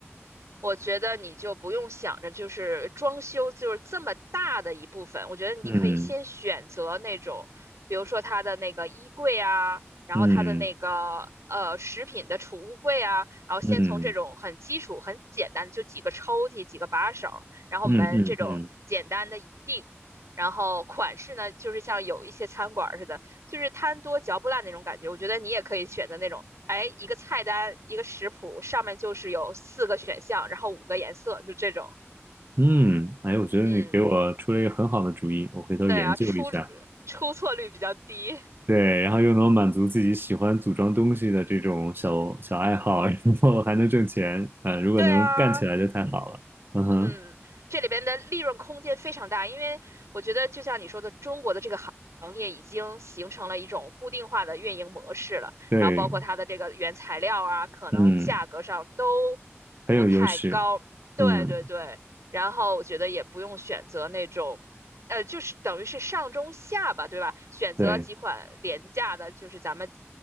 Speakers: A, on the right; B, on the right.
A: 我觉得你就不用想着就是装修就是这么大的一部分，我觉得你可以先选择那种，
B: 嗯
A: 比如说它的那个衣柜啊，然后它的那个呃食品的储物柜啊，
B: 嗯
A: 然后先从这种很基础、
B: 嗯
A: 很简单的就几个抽屉、几个把手，然后门这种简单的一定，
B: 嗯嗯嗯
A: 然后款式呢，就是像有一些餐馆儿似的，就是贪多嚼不烂那种感觉。我觉得你也可以选择那种哎，一个菜单，一个食谱，上面就是有四个选项，然后五个颜色，就这种。
B: 嗯，哎，我觉得你给我出了一个很好的主意，
A: 嗯，
B: 我回头研究一下。
A: 对啊，出出错率比较低。
B: 对，然后又能满足自己喜欢组装东西的这种小小爱好，然后还能挣钱，啊，如果能干起来就太好了。
A: 对啊，
B: 嗯哼，
A: 嗯，这里边的利润空间非常大，因为我觉得就像你说的，中国的这个行行业已经形成了一种固定化的运营模式了，
B: 对，
A: 然后包括它的这个原材料啊，可能价格上都
B: 嗯，很有优势。
A: 不太高。对对对，
B: 嗯，
A: 然后我觉得也不用选择那种，呃，就是等于是上中下吧，对吧？选择几款廉价的，
B: 对，
A: 就是咱们。